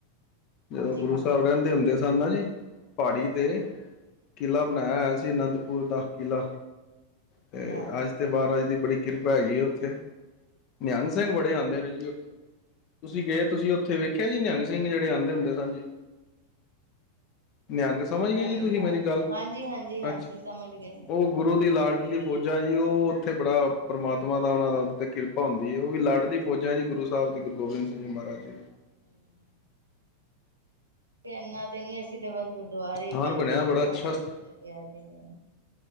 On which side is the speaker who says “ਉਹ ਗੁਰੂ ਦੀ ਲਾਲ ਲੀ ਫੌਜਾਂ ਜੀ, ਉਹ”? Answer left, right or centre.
Left